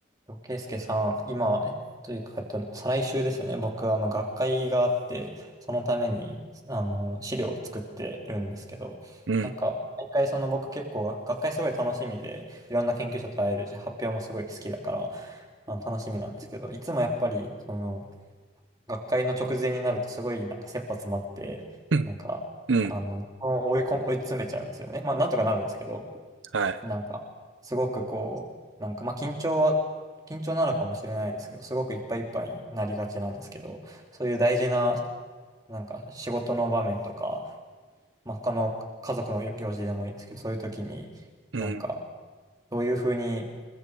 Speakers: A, on the right; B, on the right.
A: とケイスケさん、今、というか、えっと、再来週ですね、僕、あの、学会があって、そのために、あの、資料を作ってるんですけど、
B: うん、
A: なんか、毎回、その僕結構、学学会すごい楽しみで、いろんな研究者と会えるし、発表もすごい好きだから、あの、楽しみなんですけど、いつもやっぱり、その、学会の直前になると、すごい、なんか、切羽詰まって、
B: <laughs> うん、
A: なんか、
B: うん、
A: あの、追い込追い詰めちゃうんですよね。まあ、なんとかなるんですけど、
B: はい。
A: なんか、すごくこう、なんか、まあ、緊張は、緊張なのかもしれないですけど、すごくいっぱいいっぱいになりがちなんですけど、そういう大事な、なんか、仕事の場面とか、まあ、他の家族の行事でもいいですけど、そういう時に、
B: うん、
A: なんか、どういうふうに、